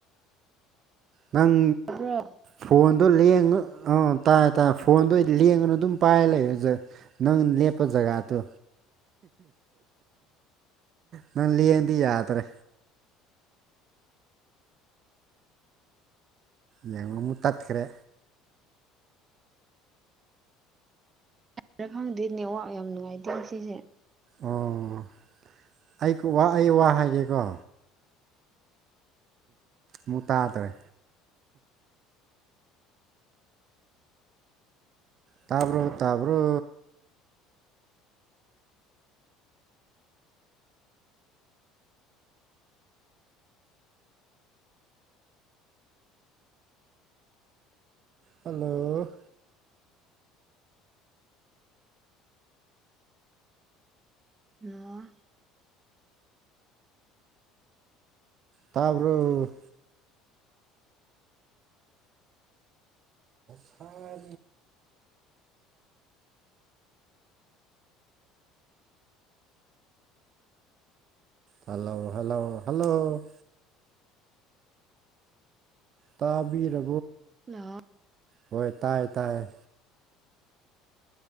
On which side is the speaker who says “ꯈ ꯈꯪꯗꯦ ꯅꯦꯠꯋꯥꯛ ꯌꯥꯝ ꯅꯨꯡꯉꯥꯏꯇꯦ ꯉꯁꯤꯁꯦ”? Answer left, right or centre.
Right